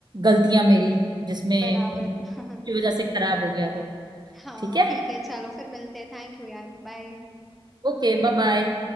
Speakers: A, on the right; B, in the centre.
A: गलतियां मेरी जिसमें
B: बराबर
A: की
B: <laughs>
A: वजह से खराब हो गया था
B: हाँ
A: ठीक है
B: ठीक है चलो फिर मिलते हैं थैंक यू यार बाय
A: Okay bye bye